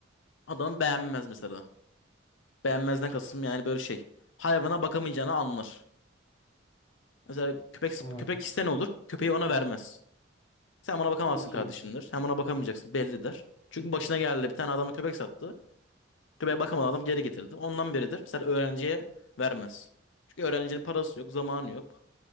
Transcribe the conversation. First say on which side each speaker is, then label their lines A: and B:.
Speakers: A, on the left; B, on the left.
A: Adam beğenmez mesela. Beğenmezden kastım yani böyle şey. Hayvana bakamayacağını anlar. Mesela köpek
B: Ha,
A: köpek iste ne olur? Köpeği ona vermez. Sen ona bakamazsın
B: çok
A: kardeşimdir.
B: iyi.
A: Sen ona bakamayacaksın belli der. Çünkü başına geldi bir tane adama köpek sattı. Köpeğe bakamadı adam geri getirdi. Ondan beridir mesela öğrenciye vermez. Çünkü öğrencinin parası yok, zamanı yok.